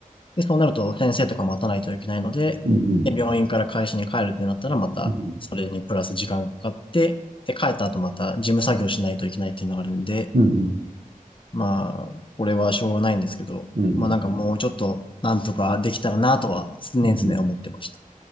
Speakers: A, on the left; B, on the right.
A: で、そうなると先生とか待たないといけないので、
B: うんうん
A: で、病院から会社に帰るってなったら、またそれにプラス時間がかかって、
B: う
A: で、帰った後また事務作業しないといけないっていうのがあるんで、
B: ん
A: まあ、これはしょうがないんですけど、
B: うん
A: まあなんかもうちょっとなんとかできたらなとは常々思ってました。
B: うん